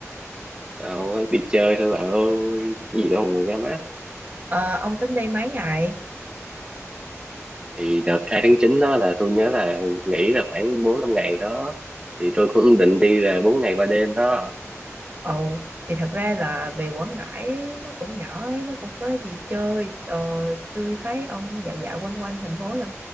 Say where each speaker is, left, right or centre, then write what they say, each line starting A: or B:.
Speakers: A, on the right; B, on the right.
A: Đâu, đi chơi thôi bà ơi, gì đâu mà ra mắt.
B: Ờ, ông tính đi mấy ngày?
A: Thì đợt 2 tháng 9 đó là tôi nhớ là nghỉ là khoảng 4 5 ngày đó thì tôi cũng định đi là 4 ngày 3 đêm đó.
B: Ồ, thì thật ra là về Quảng Ngãi nó cũng nhỏ ấy, nó cũng có gì chơi. Ờ, tôi thấy ông dạo dạo quanh quanh thành phố là